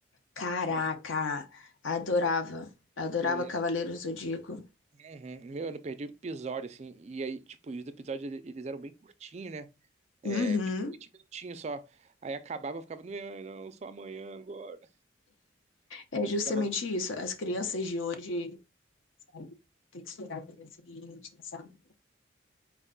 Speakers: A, on the left; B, on the right.
A: Caraca,
B: Nossa,
A: adorava. Adorava
B: eu lembro.
A: Cavaleiros do Zodíaco.
B: Uhum. Meu, eu não perdi um episódio, assim. E aí, tipo, os episódios ele- eles eram bem curtinhos, né? É,
A: Uhum.
B: tipo, 20 minutinhos só. Aí acabava, eu ficava, não, não, só amanhã agora.
A: É
B: E
A: justamente
B: ficava.
A: isso. As crianças
B: Aham.
A: de hoje, sabe, tem que esperar para o dia seguinte, sabe?